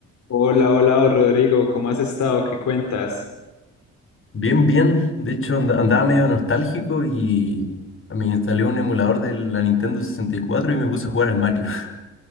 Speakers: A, on the left; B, on the left.
A: Hola, hola, oh, Rodrigo, ¿cómo has estado? ¿Qué cuentas?
B: Bien, bien. De hecho, and- andaba medio nostálgico y me instalé un emulador de la Nintendo sesenta y cuatro y me puse a jugar al Mario. <laughs>